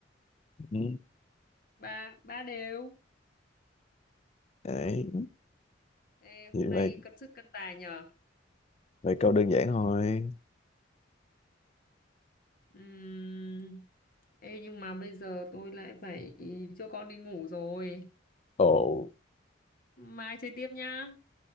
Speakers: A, on the left; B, on the left.
A: Ừ.
B: ba ba đều
A: Đấy.
B: Ê,
A: Vậy,
B: hôm
A: mày
B: nay cân sức cân tài nhờ
A: mày câu đơn giản thôi.
B: Ừm, Ê, nhưng mà bây giờ tôi lại phải cho con đi ngủ rồi.
A: Ồ,
B: Mai chơi tiếp nhá.